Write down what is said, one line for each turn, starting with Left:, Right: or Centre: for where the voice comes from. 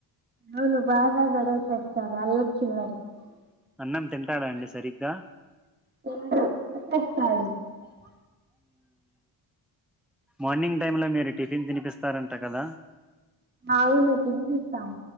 Right: అవ్ను బాగ గొడవ చేస్తారు అల్లరి <unintelligible>
Centre: అన్నం తింటాడ అండి సరిగ్గ
Right: తిండు <unintelligible>
Centre: మార్నింగ్ టైమ్ లో మీరు టిఫిన్ తినిపిస్తారంట కదా
Right: అవును తినిపిస్తాం